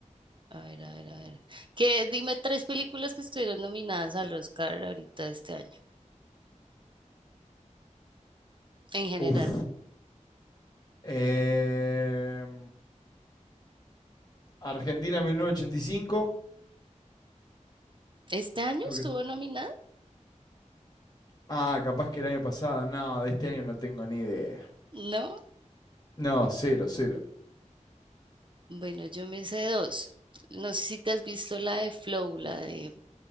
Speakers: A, on the right; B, on the left.
A: a ver, a ver, a ver. ¿Qué? Dime tres películas que estuvieron nominadas al Oscar ahorita este año. en general.
B: Uf. Em, Argentina 1985.
A: ¿Este año
B: Creo
A: estuvo
B: que-
A: nominada?
B: Ah, capaz que el año pasado. No, de este año no tengo ni idea.
A: No.
B: No, cero, cero.
A: Bueno, yo me sé dos. No sé si te has visto la de Flow, la de